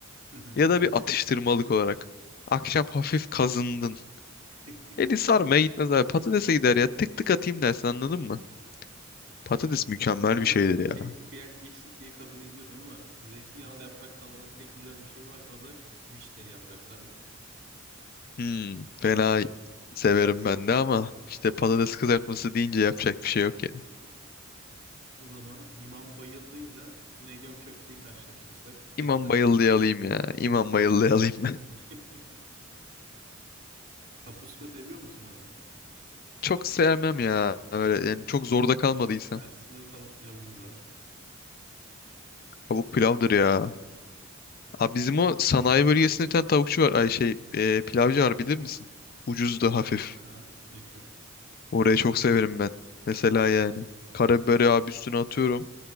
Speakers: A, on the right; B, on the left.
A: Hı hı.
B: Ya da bir atıştırmalık olarak. Akşam hafif kazındın.
A: <laughs>
B: Eli sarmaya gitmez abi. Patatese gider ya. Tık tık atayım dersin anladın mı?
A: Tamam.
B: Patates
A: Şimdi
B: mükemmel
A: bana
B: bir şeydir
A: çok şey
B: ya.
A: kıyak geçtik diye kabul ediyorum ama zeytinyağlı yaprak sarmadan tek güzel bir şey varsa o da vişneli yaprak sarma.
B: Hmm, fena severim ben de ama işte patates kızartması deyince yapacak bir şey yok ya.
A: <laughs> O zaman İmam Bayıldı'yla İnegöl köfteyi karşılaştırsak etten
B: İmam bayıldığı
A: de alalım.
B: alayım ya. İmam bayıldığı alayım ben.
A: <laughs> Kapuska seviyor musun abi?
B: <laughs> Çok sevmem ya. Öyle yani çok zorda kalmadıysam.
A: Karşısında tavuk pilavımız var.
B: Tavuk pilavdır ya.
A: Tavuk
B: Abi
A: pilavı.
B: bizim o sanayi bölgesinde bir tane tavukçu var. Ay şey e, pilavcı var bilir misin? Ucuz da hafif.
A: Aha, meşhur.
B: Orayı çok severim ben. Mesela
A: <laughs>
B: yani. Karabiberi abi üstüne atıyorum.